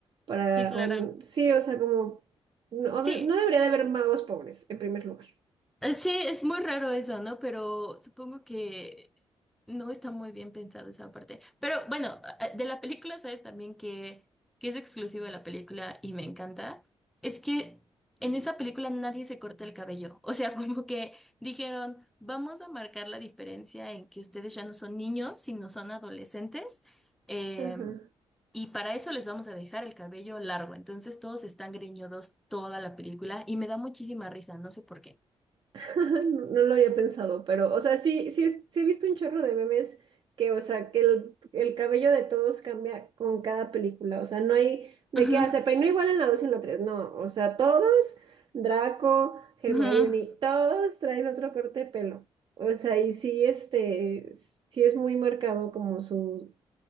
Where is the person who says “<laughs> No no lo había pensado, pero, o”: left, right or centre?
Right